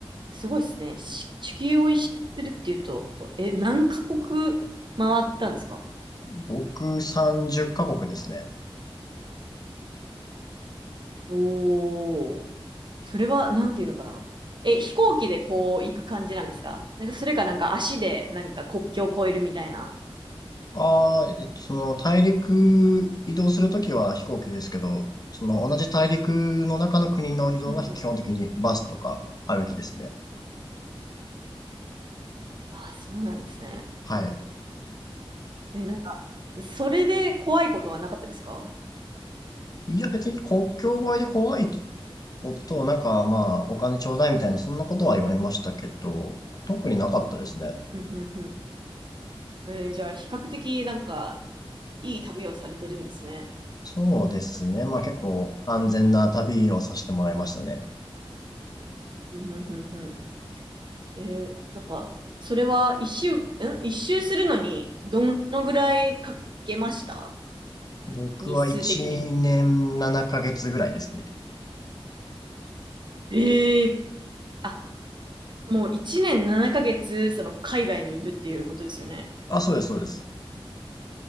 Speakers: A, on the right (about 50°); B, on the left (about 40°).
A: すごいですね。し地球を一周するっていうと、え、何カ国回ったんですか
B: 僕30カ国ですね。
A: おおー。それは、なんていうのかな。え、飛行機でこう行く感じなんですかなんか、それかなんか足でなんか国境を越えるみたいな。
B: ああ、えっと、その大陸移動するときは飛行機ですけど、その同じ大陸の中の国の移動は基本的にバスとか歩きですね。
A: うんうん。あ、そうなんですね。
B: はい。
A: え、なんか、それで怖いことはなかったですか
B: いや、別に国境越えで怖いこと、なんかまあ、お金ちょうだいみたいな、そんなことは言われましたけど、特になかったですね。
A: うんうんうん。えーじゃあ、比較的なんか、いい旅をされてるんですね。
B: そうですね。まあ結構安全な旅をさせてもらいましたね。
A: うんうんうんうん。えーなんか、それは一周、ん一周するのに、どのぐらいかけました
B: 僕は1年7ヶ月ぐらいですね。
A: 日数的に。ええあ、もう1年7ヶ月、その海外にいるっていうことですよね。
B: あ、そうです、そうです。